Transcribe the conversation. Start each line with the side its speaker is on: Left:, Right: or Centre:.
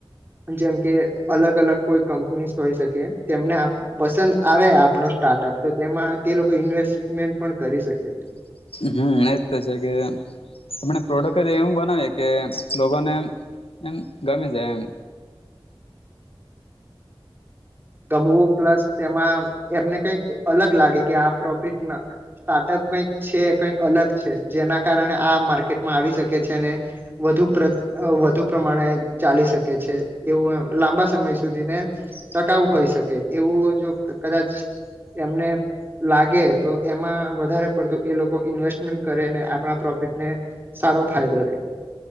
Right: જેમ કે અલગ અલગ કોઈ કંપનીસ હોય શકે. તેમને આ પસંદ આવે આપણો સ્ટાર્ટઅપ તો તેમાં તે લોકો ઇન્વેસ્ટમેન્ટ પણ કરી શકે.
Left: હમ્મ એજ તો છે કે આપણે પ્રોડક્ટ જ એવું બનાવીએ કે લોકોને એમ ગમી જાય એમ.
Right: ગમવું પ્લસ તેમાં એમને કંઈક અલગ લાગે કે આ પ્રોફિટ સ્ટાર્ટઅપ કંઈક છે કંઈક અલગ છે. જેના કારણે આ માર્કેટમાં આવી શકે છે ને વધુ પ્ર વધુ પ્રમાણે ચાલી શકે છે. એવું એમ લાંબા સમય સુધીને ટકાવ હોય શકે. એવું જો કદાચ એમને લાગે તો એમાં વધારે પડતું એ લોકો ઇન્વેસ્ટમેન્ટ કરે ને આપણા પ્રોફિટને સારો ફાયદો રે.